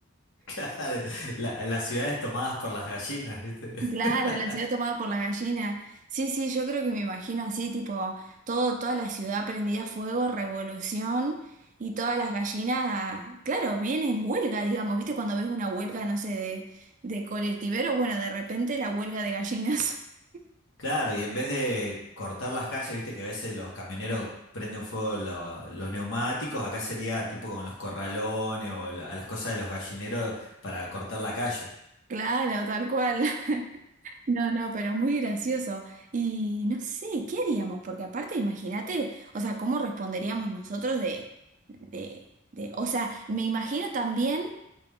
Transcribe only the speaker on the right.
Claro,
la ciudad tomada por la gallina. Sí, sí, yo creo que me imagino así, tipo, todo, toda la ciudad prendida a fuego, revolución, y todas las gallinas, claro, vienen en huelga, digamos, ¿viste? Cuando ves una huelga, no sé, de, de colectiveros, bueno, de repente la huelga de gallinas. <laughs>
Claro, tal cual. <laughs> No, no, pero muy gracioso. Y no sé, ¿qué haríamos? Porque aparte, imagínate, o sea, ¿cómo responderíamos nosotros de, de, de, o sea, me imagino también.